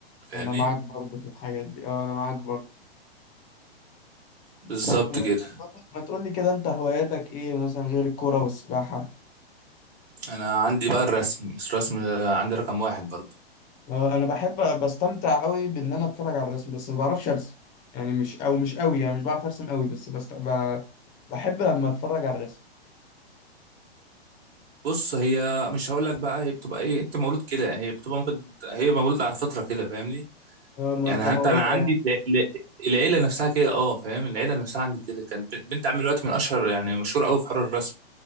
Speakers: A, on the right; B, on the left.
A: فاهمني
B: أنا معاك برضه في الحاجات دي اه أنا معاك برضه
A: بالظبط
B: طب آه،
A: كده
B: قولي- ما تقولي كده أنت هواياتك إيه مثلا غير الكورة والسباحة
A: أنا عندي بقى الرسم بس الرسم ده عندي رقم واحد برضه
B: آه، انا بحب بستمتع قوي بان انا اتفرج على الرسم بس ما بعرفش ارسم يعني مش او مش قوي يعني مش بعرف ارسم قوي بس بست... ب... بحب لما اتفرج على الرسم
A: بص هي مش هقول لك بقى هي بتبقى ايه انت مولود كده هي بتبقى ممكن هي مولود على فترة كده فاهمني
B: آه، ما-
A: يعني
B: كموهبه
A: حتى انا عندي
B: يعني
A: ال- ال- العيله نفسها كده اه فاهم العيله نفسها عندي كده كانت بنت عامل دلوقتي من اشهر يعني مشهوره قوي في حوار الرسم